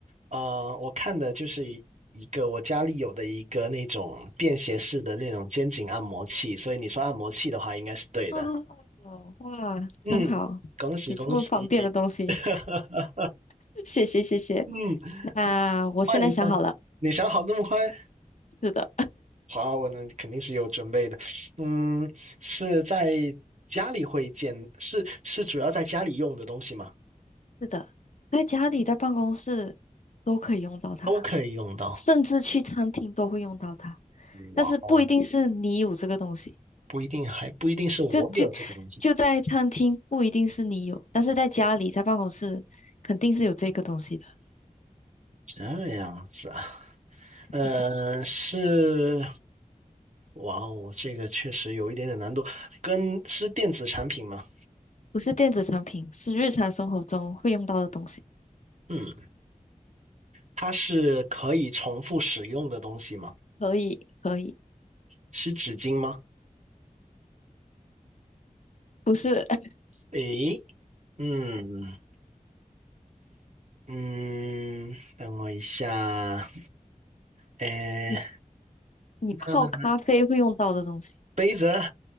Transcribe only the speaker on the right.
呃，我看的就是一一个我家里有的一个那种便携式的那种肩颈按摩器，所以你说按摩器的话，应该是对的。
嗯，
恭喜恭喜，
<laughs>
嗯，
换一下吧，你想好得那么快？
好，那肯定是有准备的。嗯，是在家里会见，是是主要在家里用的东西吗？
都可以用到。
哇哦，不一定还不一定是我有这个东西，
这样子啊，
呃，是，哇哦，这个确实有一点点难度，跟是电子产品吗？
嗯，它是可以重复使用的东西吗？
是纸巾吗？
诶，嗯嗯，等我一下，诶，
那杯子，